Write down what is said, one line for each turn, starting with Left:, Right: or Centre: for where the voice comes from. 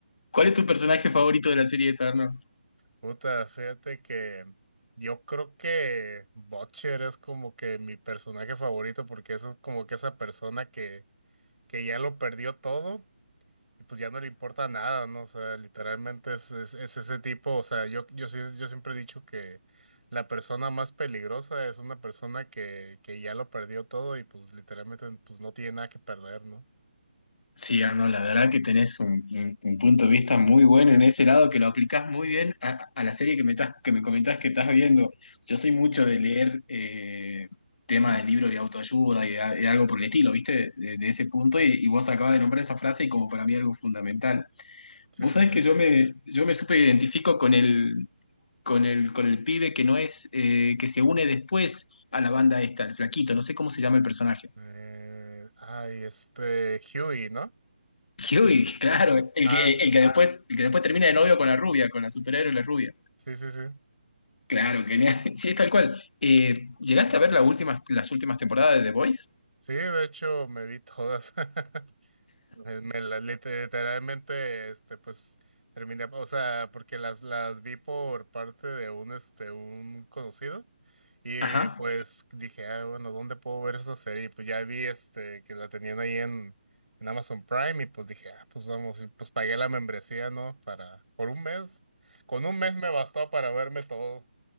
Left: ¿Cuál es tu personaje favorito de la serie esa, Arnold?
Right: puta, fíjate que yo creo que Butcher es como que mi personaje favorito porque eso es como que esa persona que, que ya lo perdió todo y pues ya no le importa nada, ¿no? O sea, literalmente es, es, es ese tipo, o sea, yo, yo, sí- yo siempre he dicho que la persona más peligrosa es una persona que, que ya lo perdió todo y pues literalmente pues no tiene nada que perder, ¿no?
Left: Sí, Arnold, la verdad que tenés un, un- un punto de vista muy bueno en ese lado, que lo aplicás muy bien a, a la serie que me, estás- que me comentás que estás viendo. Yo soy mucho
Right: Mm.
Left: de leer eh, temas
Right: Ujú.
Left: de libros de autoayuda y, de, a- de algo por el estilo, ¿viste? De, de ese punto, y, y vos acabas de nombrar esa frase y como para mí algo fundamental.
Right: Sí,
Left: Vos
Right: sí,
Left: sabés
Right: sí.
Left: que yo me, yo me súper identifico con el, con el, con el pibe que no es, eh, que se une después a la banda esta, el flaquito, no sé cómo se llama el personaje.
Right: Eh, ay, este, Huey, ¿no?
Left: <laughs> Huey, claro, el
Right: Ah,
Left: que, el que después, el que después termina de novio con la rubia, con la superhéroe la rubia.
Right: sí, sí, sí.
Left: Claro, genial. <laughs> Sí, es tal cual. Eh, ¿llegaste a ver la última- las últimas temporadas de The Voice?
Right: Sí, de hecho me vi todas. <laughs> Eh, Me la- lit- literalmente, este, pues, terminé, o sea, porque las, las vi por parte de un, este, un conocido, y
Left: Ajá.
Right: pues dije, ah, bueno, ¿dónde puedo ver esa serie? Y, Pues ya vi, este, que la tenían ahí en, en Amazon Prime, y pues dije, ah, pues vamos, y pues pagué la membresía, ¿no? Para, por un mes, con un mes me bastó para verme todo,